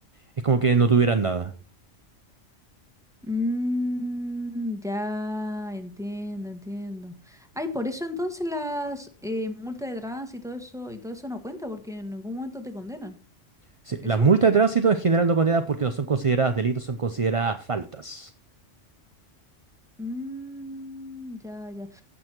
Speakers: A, on the right (about 40°); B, in the centre.
A: Es como que no tuvieran nada.
B: Mm, ya entiendo, entiendo. Ay, por eso entonces las eh, multas de trans y todo eso y todo eso no cuenta porque en ningún momento te condenan.
A: Sí,
B: ¿Eso?
A: las multas de tránsito en general no condenan porque no son consideradas delitos, son consideradas faltas.
B: Mm, ya, ya.